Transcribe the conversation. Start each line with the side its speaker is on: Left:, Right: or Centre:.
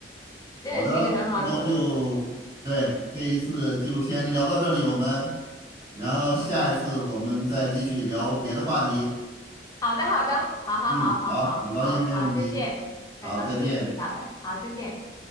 Left: 真的是一个很好的活动。
Right: 好的，那就对，这一次就先聊到这里，我们，然后下一次我们再继续聊别的话题。
Left: 好的，好的，好好好好好好好，
Right: 嗯，好，很高兴认识你，
Left: 再见，
Right: 好，
Left: 很高兴认识你，
Right: 再见。
Left: 好呗，好，再见。